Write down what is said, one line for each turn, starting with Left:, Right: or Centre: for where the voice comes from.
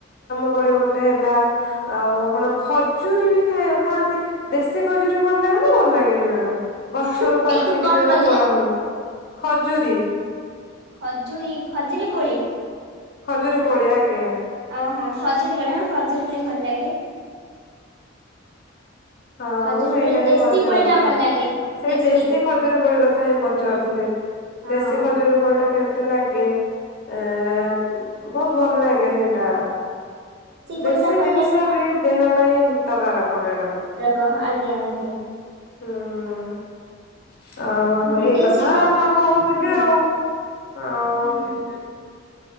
Left: କୋଳି ଗୋଟେ ହେଲା ଆଉ ଆପଣ ଖଜୁରୀ ବି ଖାଇବା-ଖାଆନ୍ତି। ଦେଶୀ ଖଜୁରୀ ଭଲ ଲାଗେ ନା ଭଲ ଲାଗେନି ମ୍ୟାଡାମ୍ ଗଛ ଗଛରୁ
Right: ହଁ।
Left: ପାଚିକି
Right: କଣ
Left: ଯୋଉଟା
Right: କହିଲେ
Left: ତୋଳା ହୁଏ ଖଜୁରୀ।
Right: ଖଜୁରୀ ଖଜିରୀ କୋଳି।
Left: ଖଜୁରୀ କୋଳି ଆଜ୍ଞା।
Right: ଅଁ ହୋ ଖଜୁରୀ କୋଳି ହଁ ଖଜୁରୀ କୋଳି ଭଲ ଲାଗେ।
Left: ହଁ
Right: ଖଜୁରୀ
Left: ମୁଁ ସେଇଟା
Right: କୋଳି
Left: ହିଁ
Right: ଦେଶୀ
Left: ପଚାରୁଥିଲି।
Right: କୋଳି ଟା ଭଲ ଲାଗେ
Left: ସେଇ
Right: ଦେଶୀରୁ।
Left: ଦେଶୀ ଖଜୁରୀ କୋଳି କଥା ହିଁ
Right: ହୁଁ।
Left: ପଚାରୁଥିଲି
Right: ହୁଁ
Left: ଦେଶୀ ଖଜୁରୀ କୋଳି ଟା କେମତି ତ-ଲାଗେ। ଏଁ ବହୁତ। ଭଲ ଲାଗେ ସେଇଟା।
Right: କୋଳିଟା
Left: ଦେଶୀ
Right: ଭଲ
Left: ଜିନିଷ
Right: ଲାଗେ ନା
Left: ବି ଦେହ ପାଇଁ ହିତକାରକ ମ୍ୟାଡାମ୍।
Right: କହ ଆଜ୍ଞା ଆଜ୍ଞା।
Left: ହୁଁ। ଆଉ
Right: ବିଦେଶୀ
Left: ଏଇ କଥା
Right: ଗୁରା କଣ
Left: ତ କହୁଥିଲି
Right: ହୁଁ
Left: ଆଉ ଆଉଁ।
Right: ହୁଁ